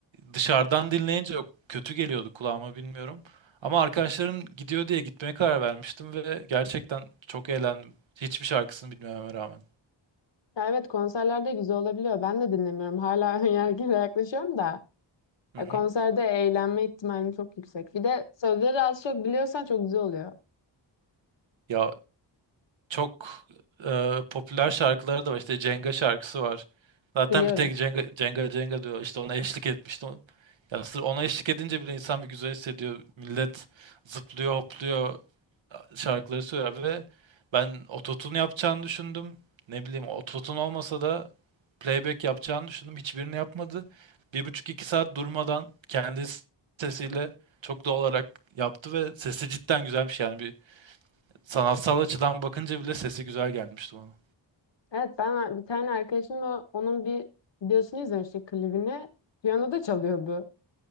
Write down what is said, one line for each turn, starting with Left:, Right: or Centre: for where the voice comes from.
Right: dışarıdan dinleyince yok, kötü geliyordu kulağıma bilmiyorum. Ama arkadaşlarım gidiyor diye gitmeye karar vermiştim ve gerçekten çok eğlendim. Hiçbir şarkısını bilmeme rağmen.
Left: Ya evet konserlerde güzel olabiliyor. Ben de dinlemiyorum. Hala <laughs> önyargıyla yaklaşıyorum da.
Right: Hı
Left: Ya
Right: hı.
Left: konserde eğlenme ihtimalim çok yüksek. Bir de sözleri az çok biliyorsan çok güzel oluyor.
Right: Ya çok e, popüler şarkıları da var. İşte Cenga şarkısı var. Zaten
Left: Biliyorum.
Right: bir tek Cenga Cenga Cenga diyor. İşte ona eşlik etmişti. O- Ya sırf ona eşlik edince bile insan bir güzel hissediyor. Millet zıplıyor, hopluyor, şarkıları söylüyor ve ben ototune yapacağını düşündüm. Ne bileyim ototune olmasa da playback yapacağını düşündüm. Hiçbirini yapmadı. Bir buçuk iki saat durmadan kendi sesiyle çok doğal olarak yaptı ve sesi cidden güzelmiş yani. Sanatsal açıdan bakınca bile sesi güzel gelmişti bana.
Left: Evet ben bir tane arkadaşımla onun bir videosunu izlemiştik klibini. Piyano da çalıyordu.